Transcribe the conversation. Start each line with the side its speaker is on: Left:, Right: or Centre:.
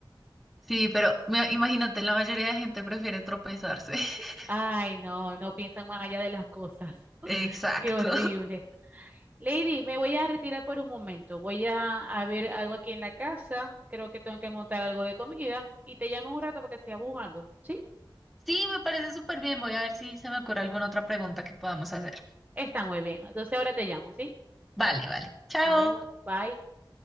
Centre: Sí, pero me- imagínate, la mayoría de gente prefiere tropezarse. <laughs>
Right: Ay, no, no piensan más allá de las cosas. <laughs>
Centre: Exacto.
Right: Qué horrible. Lady, me voy a retirar por un momento. Voy a, a ver algo aquí en la casa. Creo que tengo que montar algo de comida. Y te llamo en un rato para que sigamos jugando. ¿Sí?
Centre: Sí, me parece súper bien. Voy a ver si se me ocurre alguna otra pregunta que podamos hacer.
Right: Está muy bien. Entonces ahora te llamo, ¿sí?
Centre: Vale, vale. Chao.
Right: Nos vemos. Bye.